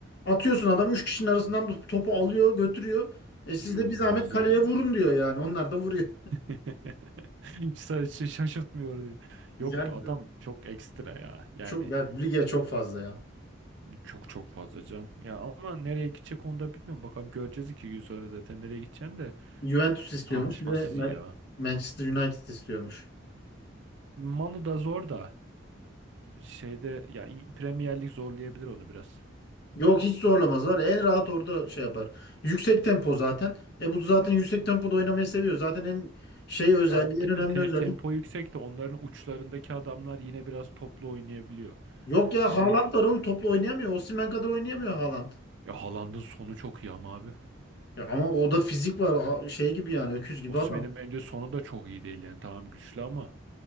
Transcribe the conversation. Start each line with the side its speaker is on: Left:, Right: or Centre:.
Left: Atıyorsun adam 3 kişinin arasından topu alıyor, götürüyor. E siz
Right: Yo
Left: de bir zahmet
Right: muazzam
Left: kaleye vurun
Right: ya.
Left: diyor yani. Onlar da vuruyor.
Right: <laughs> Sadece şaşırtmıyor diyor.
Left: Yani
Right: Yok adam çok ekstra ya. Yani
Left: çok yani lige çok fazla ya.
Right: çok çok fazla can. Ya ama nereye gidecek onu da bilmiyorum. Bakalım göreceğiz iki gün sonra zaten nereye gideceğini de.
Left: Juventus istiyormuş,
Right: Tartışmasız
Left: bir de Ma-
Right: iyi ya.
Left: Manchester United istiyormuş.
Right: Manu da zor da şeyde ya in- Premier Lig zorlayabilir onu biraz.
Left: Yok hiç zorlamaz var. ya, En rahat orada şey yapar. Yüksek tempo zaten. E bu zaten yüksek tempoda oynamayı seviyor. Zaten en şey özelliği,
Right: Ya
Left: en önemli
Right: te- te-
Left: özelliği.
Right: tempo yüksek de onların uçlarındaki adamlar yine biraz toplu oynayabiliyor.
Left: Yok ya
Right: Şey
Left: Haaland var oğlum topla oynayamıyor. Osimhen kadar oynayamıyor Haaland.
Right: ya Haaland'ın sonu çok iyi ama abi.
Left: Ya ama o da fizik var ha- şey gibi yani öküz gibi
Right: Osimhen'in
Left: adam.
Right: bence sonu da çok iyi değil yani. Tamam güçlü ama